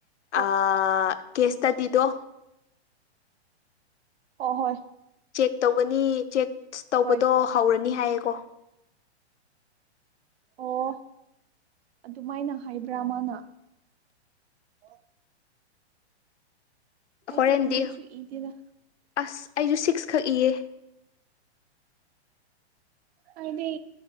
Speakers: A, on the right; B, on the left.
A: ꯑꯣ
B: ꯑ ꯀꯦꯁ ꯁꯇꯥꯗꯤꯗꯣ
A: ꯑꯣ ꯍꯣꯏ
B: ꯆꯦꯛ ꯇꯧꯒꯅꯤ ꯆꯦꯛ ꯇꯧꯕꯗꯣ
A: ꯍꯣꯏ
B: ꯍꯧꯔꯅꯤ ꯍꯥꯏꯌꯦꯀꯣ
A: ꯑꯣ ꯑꯗꯨꯃꯥꯏꯅ ꯍꯥꯏꯕ꯭ꯔꯥ ꯃꯥꯅ ꯑꯣ <inaudible> ꯑꯩꯗꯤ
B: ꯍꯣꯔꯦꯟꯗꯤ
A: ꯑꯃꯁꯨ ꯏꯗꯦꯗ
B: ꯑꯁ ꯑꯩꯁꯨ ꯁꯤꯛꯁ ꯈꯛ ꯏꯌꯦ
A: ꯑꯩꯗꯤ